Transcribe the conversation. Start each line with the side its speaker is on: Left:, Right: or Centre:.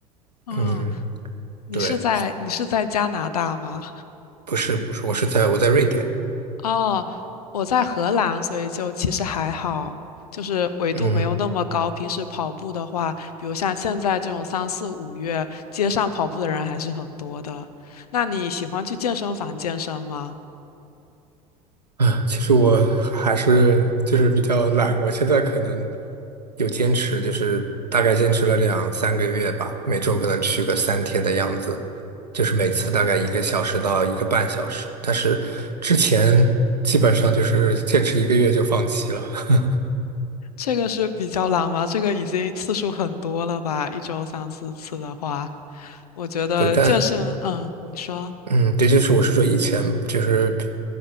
Left: 嗯，
Right: 嗯，
Left: 你是在你是在加拿大吗？
Right: 对，不是不是，我是在我在瑞典。
Left: 哦，我在荷兰，所以就其实还好，就是纬度没有那么高。
Right: 嗯
Left: 平时跑步的话，比如像现在这种三四五月，街上跑步的人还是很多的。那你喜欢去健身房健身吗？
Right: 啊，其实我还是就是比较懒，我现在可能有坚持，就是大概坚持了两三个月吧，每周可能去个三天的样子，就是每次大概一个小时到一个半小时。但是之前基本上就是坚持一个月就放弃了。<laughs>
Left: 这个是比较难吗？这个已经次数很多了吧？一周三四次的话，我觉得健身，
Right: 对，但
Left: 嗯，你说。
Right: 嗯，对，就是我是说以前就是